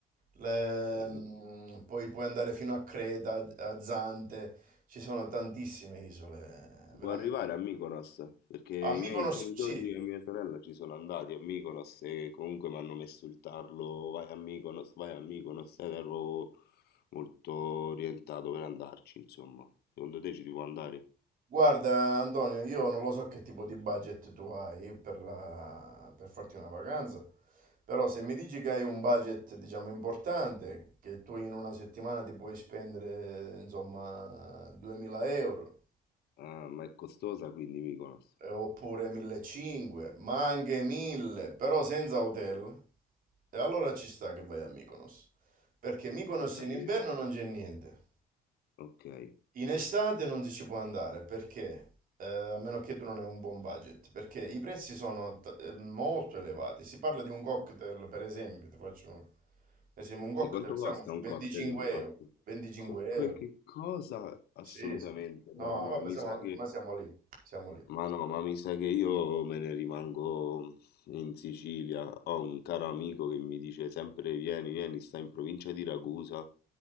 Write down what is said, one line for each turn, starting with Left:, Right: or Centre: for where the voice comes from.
Right: le-
Left: Mh-mh.
Right: mm, poi puoi andare fino a Creta, a Zante, ci sono tantissime isole,
Left: Si
Right: veramente.
Left: può arrivare a Mykonos? Perché i
Right: A Mykonos,
Left: miei genitori
Right: sì,
Left: e mia sorella ci sono andati a Mykonos e comunque m'hanno messo il tarlo: "Vai a Mykonos, vai a Mykonos", ed ero molto orientato per andarci, insomma. Secondo te ci si può andare?
Right: Guarda, Antonio, io non lo so che tipo di budget tu hai per, la- per farti una vacanza, però se mi dici che hai un budget, diciamo, importante, che tu in una settimana ti puoi spendere, insomma, 2000 euro,
Left: Ah, ma è costosa quindi Mykonos?
Right: eh, oppure 1500, ma anche 1000, però senza hotel, e allora ci sta che vai a Mykonos, perché Mykonos
Left: Ho capito,
Right: in inverno non c'è niente.
Left: okay.
Right: In estate non si ci può andare perché, eh, a meno che tu non hai un buon budget, perché i prezzi sono t- eh, molto elevati. Si parla di un cocktail,
Left: Mh.
Right: per esempio, ti faccio un esempio, un cocktail
Left: Sì, quanto
Right: siamo
Left: costa
Right: sui
Left: un
Right: 25
Left: cocktail, infatti?
Right: euro. 25
Left: Co- quel
Right: euro.
Left: che cosa? Assolutamente,
Right: Sì, sì. No,
Left: no, no,
Right: vabbè,
Left: mi
Right: siamo,
Left: sa che
Right: ma siamo lì, siamo lì.
Left: ma no, ma mi sa che io me ne rimango in Sicilia. Ho un caro amico che mi dice sempre vieni, vieni, sta in provincia di Ragusa.